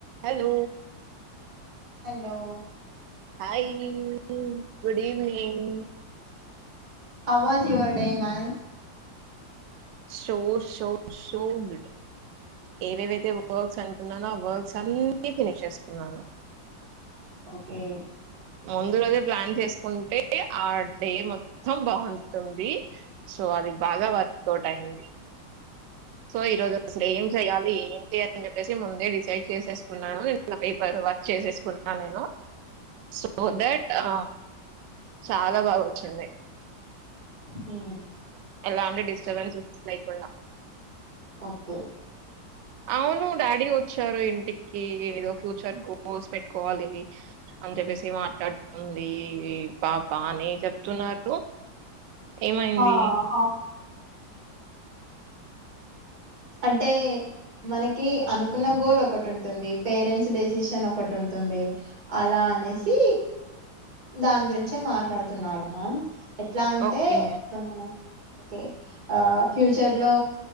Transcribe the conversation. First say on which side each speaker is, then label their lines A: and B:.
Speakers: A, on the right (about 75°); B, on the right (about 50°).
A: Hello
B: hello
A: hi <inaudible> good evening
B: how was your day ma'am.
A: So so so good ఏవేవైతే వర్క్స్ అనుకున్నానో ఆ వర్క్స్ అన్ని ఫినిష్ చేసుకున్నాను
B: కే
A: ముందు రోజే ప్లాన్ చేసుకుంటే ఆ డే మొత్తం బావుంటుంది సో అది బాగా వర్క్ ఔట్ అయింది సో ఈరోజు అసలు ఏం చెయ్యాలి <inaudible> <unintelligible> అని చెప్పేసి ముందే డిసైడ్ చేసేసుకున్నాను <inaudible> పేపర్ వర్క్ చేసేసుకున్నా నేను సో దట్ ఆ చాలా బాగా వచ్చింది
B: హ్మ్
A: ఎలా డిస్టర్బెన్స్ లేకుండా
B: ఓకే
A: అవును డాడీ వచ్చారు ఇంటికి కీ ఏదో ఫ్యూచర్ గోల్స్ పెట్టుకోవాలి అని చెప్పేసి మాట్లాడుతుంది పాప బానే చెప్తున్నారు ఏమైంది
B: హా ఆ అంటే మనకి అనుకున్న గోల్ ఒకటి ఉంటుంది పేరెంట్స్ డెసిషన్ ఒకటి ఉంటుంది అలా అనేసి దాని గురించే మాట్లాడుతున్నారు మ్యామ్ ఎట్లా అంటే
A: ఓకే
B: ఆ ఓకే ఆ ఫ్యూచర్ లో